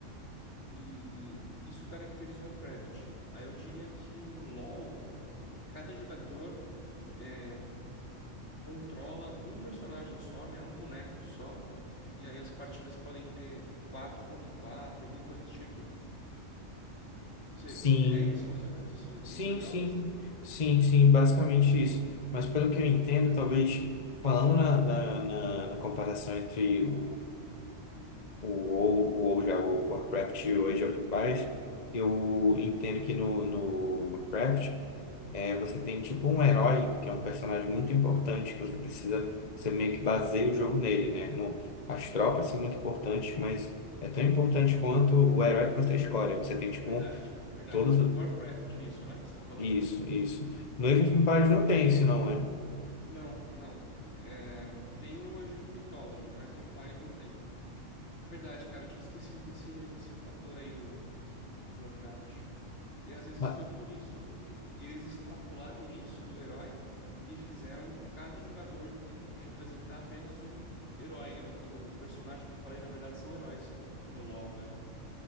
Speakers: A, on the left; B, on the left.
A: E isso caracterizou a Craft. Aí eu diria que o LoL, cada jogador é, controla um personagem só, né? Um boneco só. E aí as partidas podem ter quatro contra quatro, alguma coisa do tipo. Você,
B: Sim,
A: é isso, mais ou menos, assim, os,
B: sim,
A: os dois jogos?
B: sim, sim, sim, basicamente isso. Mas pelo que eu entendo, talvez falando na, na, na, na comparação entre o o WoW, o WoW já, o Warcraft e o Age of Empires, eu entendo que no, no Warcraft é, você tem tipo um herói, que é um personagem muito importante, que você precisa, você meio que baseia o jogo nele, né? No, as tropas são muito importantes, mas é tão importante quanto o herói que você escolhe. Você tem tipo
A: Verdade,
B: um-
A: verdade.
B: todos.
A: O
B: o-
A: Warcraft, isso, né? Você tá falando?
B: Isso, isso. No Age of
A: Sim.
B: Empires não tem isso, não, né?
A: Não, não. É, tem no Age of Mythology, mas no Empires não tem. É verdade, cara. Eu tinha esquecido desse, desse fator aí do, do Warcraft. E às vezes
B: Mas-
A: foi por isso, e- eles extrapolaram isso do herói e fizeram cada jogador representar apenas um herói, né? O, joga- o personagem que eu falei, na verdade, são heróis no LoL, né?